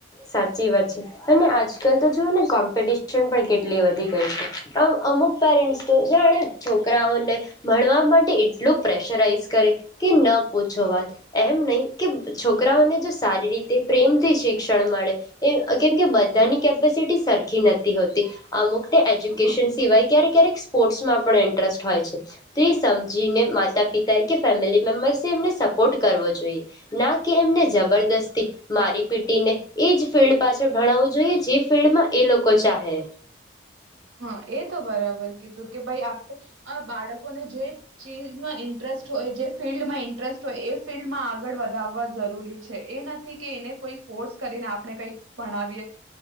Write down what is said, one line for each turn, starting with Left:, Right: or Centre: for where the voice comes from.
Left: સાચી વાત છે. તેમાં આજકાલ તો જુઓ ને કોમ્પિટિશન પણ કેટલી વધી ગઈ છે. અમ, અમુક પેરેન્ટ્સ તો જાણે છોકરાઓને ભણવા માટે એટલું પ્રેશરાઈઝ કરે કે ન પૂછો વાત! એમ નહીં કે છોકરાઓને જો સારી રીતે પ્રેમથી શિક્ષ ક્ષણ મળે એ, કેમ કે બધાની કેપેસિટી સરખી નતી હોતી અમુક એજ્યુકેશન
Right: હમ.
Left: સિવાય ક્યારેક ક્યારેક સ્પોર્ટ્સમાં પણ ઇન્ટરેસ્ટ હોય છે. તો એ સમજીને માતા પિતાએ કે ફેમિલી મેમ્બર્સે, એમને સપોર્ટ કરવો જોઈએ. ના કે, એમને જબરદસ્તી મારી પીટીને એજ ફિલ્ડ પાછળ ભણાવવું જોઈએ, જે ફિલ્ડમાં એ લોકો ચાહે.
Right: હા, એ તો બરાબર કીધું કે ભાઈ, આપ, બાળકોને જે ચીજમાં ઇન્ટરેસ્ટ હોય, જે ફિલ્ડમાં ઇન્ટરેસ્ટ હોય, એ ફિલ્ડમાં આગળ વધાવવા જરૂરી છે. એ નથી કે એને કોઈ ફોર્સ કરીને આપણે કંઈક ભણાવીએ.